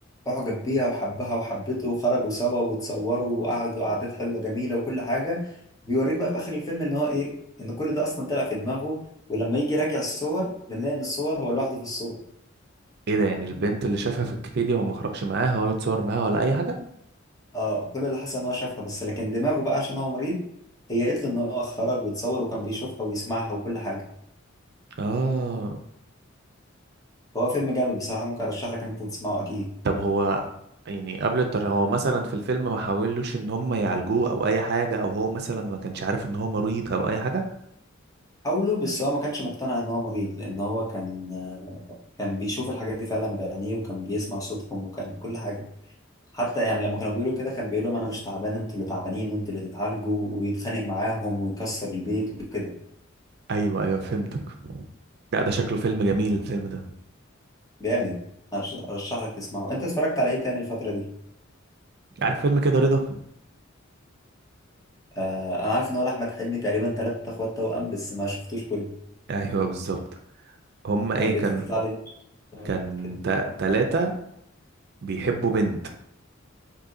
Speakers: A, on the left; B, on the right.
A: اعجب بيها وحبها وحبته وخرجوا سوا وتصوروا وقعدوا قعدات حلوه جميله وكل حاجه بيوريك بقى في اخر الفيلم ان هو ايه ان كل ده اصلا طلع في دماغه ولما يجي راجع الصور بنلاقي ان الصور هو لوحده في الصور
B: ايه ده يعني البنت اللي شافها في الكافيتيريا هو ما خرجش معاها ولا اتصور معاها ولا اي حاجه
A: اه كل اللي حصل ان هو شافها بس لكن دماغه بقى عشان هو مريض هي قالت له ان هو خرج وتصور وكان بيشوفها ويسمعها وكل حاجه
B: اه
A: فهو فيلم جامد بصراحه ممكن ارشح لك ان انت تسمعه اكيد
B: طب هو يعني قبل التر هو مثلا في الفيلم ما حاولوش ان هم يعالجوه او اي حاجه او هو مثلا ما كانش عارف ان هو مريض او اي حاجه
A: حاوله بس هو ما كانش مقتنع ان هو مريض لان هو كان كان بيشوف الحاجات دي فعلا بعينيه وكان بيسمع صوتهم وكان كل حاجه حتى يعني لما كانوا بيقولوا كده كان بيقول لهم انا مش تعبان انتوا اللي تعبانين وانتوا اللي تتعالجوا ويتخانق معاهم ويكسر البيت وكده
B: ايوه ايوه فهمتك لا ده شكله فيلم جميل الفيلم ده
A: جامد أرش- ارشح لك تسمعه انت اتفرجت على ايه تاني الفتره دي
B: عارف فيلم كده رضا
A: آه انا عارف ان هو لاحمد حلمي تقريبا ثلاثة اخوات توأم بس ما شفتوش كله
B: ايوه بالظبط هما
A: كان
B: ايه
A: بيطلع
B: كان
A: لي
B: كان
A: كده
B: تا- تلاتة بيحبوا بنت